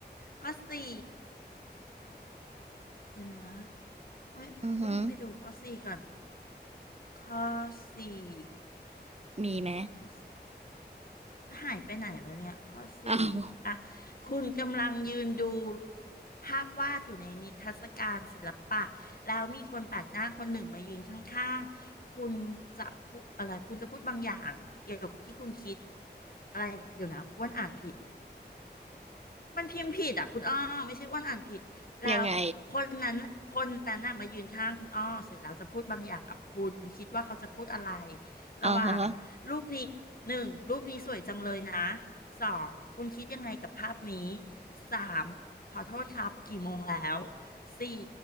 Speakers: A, on the left; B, on the right.
A: ข้อสี่เดี๋ยวนะเอ้ยอ้วนไปดูข้อสี่ก่อน
B: อือหือ
A: ข้อสี่
B: มีไหม
A: ข้อสี่ หายไปไหนวะเนี่ยข้อสี่อ่ะ
B: อ้าว
A: คุณกำลังยืนดูภาพวาดอยู่ในนิทรรศการศิลปะแล้วมีคนแปลกหน้าคนหนึ่งมายืนข้างๆคุณจะพูดอะไรคุณจะพูดบางอย่างเกี่ยวกับที่คุณคิดอะไรเดี๋ยวนะอ้วนอ่านผิด มันพิมพ์ผิดอ่ะคุณอ้อไม่ใช่อ้วนอ่านผิดแล้วคนนั้นคนนั้นน่ะมายืนข้างคุณอ้อเสร็จแล้วจะพูดบางอย่างกับคุณคิดว่าเขาจะพูดอะไร
B: ยังไงอ่าฮะ
A: ระหว่างรูปนี้หนึ่งรูปนี้สวยจังเลยนะสองคุณคิดยังไงกับภาพนี้สามขอโทษครับกี่โมงแล้วสี่